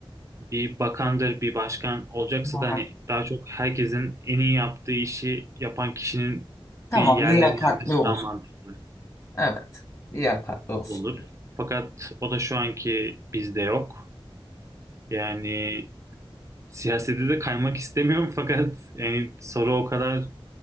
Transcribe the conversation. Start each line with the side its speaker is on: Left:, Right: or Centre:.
Right: bir bakandır, bir başkan olacaksa
Left: Aha.
Right: da hani daha çok herkesin en iyi yaptığı işi yapan kişinin
Left: Tamam,
Right: bir yerlere
Left: liyakatli
Right: gelmesi
Left: olsun.
Right: daha mantıklı
Left: Evet, liyakatli olsun.
Right: olur. Fakat o da şu anki bizde yok. Yani siyasete de kaymak istemiyorum <laughs> fakat yani soru o kadar